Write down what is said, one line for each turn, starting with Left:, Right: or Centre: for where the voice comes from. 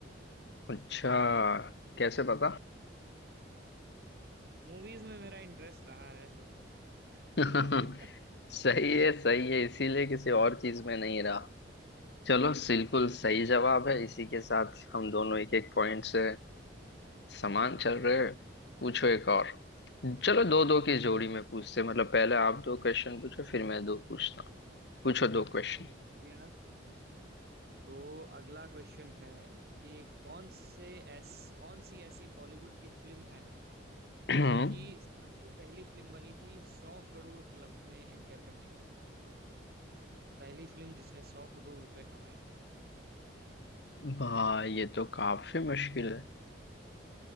Left: अच्छा कैसे पता
Right: मूवीज में मेरा इंटरेस्ट रहा है शुरू से
Left: <laughs>
Right: <laughs> बहुत
Left: सही है सही है इसीलिए किसी और चीज में नहीं रहा चलो बिल्कुल सही जवाब है इसी के साथ हम दोनों एक एक पॉइंट से समान
Right: बहुत
Left: चल
Right: शुक्रिया
Left: रहे हैं। पूछो एक और चलो दो दो की जोड़ी में पूछते हैं। मतलब पहले आप दो क्वेश्चन पूछो फिर मैं दो पूछता हूँ। पूछो दो क्वेश्चन
Right: चलो ये भी बढ़िया तो अगला क्वेश्चन है कि कौन से ऐस कौन सी ऐसी बॉलीवुड की फिल्म है
Left: <clears throat>
Right: जो कि सबसे पहली फिल्म बनी थी सौ करोड़ क्लब में एंटर करने के लिए पहली फिल्म जिसने सौ करोड़ रुपए कमाए थे
Left: वाह ये तो काफी मुश्किल है